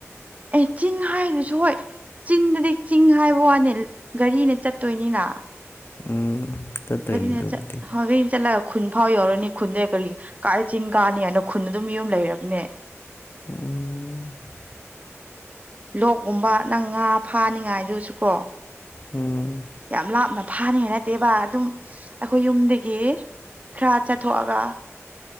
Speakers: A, on the right; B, on the left.
A: ꯑꯩ ꯆꯤꯡ ꯍꯥꯏꯔꯁꯨ ꯍꯣꯏ ꯆꯤꯟꯗꯗꯤ ꯆꯤꯡ ꯍꯥꯏꯕ ꯋꯥꯅꯤ ꯒꯥꯔꯤꯅ ꯆꯠꯇꯣꯏꯅꯤꯅ
B: ꯎꯝ ꯆꯠꯇꯣꯏꯅꯤ
A: ꯒꯥꯔꯤꯅ
B: ꯑꯗꯨꯕꯨꯗꯤ
A: ꯆꯠꯏ ꯒꯥꯔꯤꯅ ꯆꯠꯂꯒ ꯈꯨꯟ ꯐꯥꯎ ꯌꯧꯔꯅꯤ ꯈꯨꯟꯗ ꯀꯔꯤ ꯀꯥꯏ ꯆꯤꯡ ꯀꯥꯅꯤ ꯍꯥꯏꯅ ꯈꯨꯟꯅ ꯑꯗꯨꯝ ꯌꯨꯝ ꯂꯩꯔꯕꯅꯦ
B: ꯎ
A: ꯂꯣꯛꯀꯨꯝꯕ ꯅꯪ ꯉꯥ ꯐꯥꯅꯤꯉꯥꯏꯗꯨꯁꯨ ꯀꯣ
B: ꯎꯝ
A: ꯌꯥꯝ ꯂꯥꯞꯅ ꯐꯥꯅꯤ ꯅꯠꯇꯦꯕ ꯑꯗꯨꯝ ꯑꯩꯈꯣꯏ ꯌꯨꯝꯗꯒꯤ ꯈꯔ ꯆꯠꯊꯣꯛꯑꯒ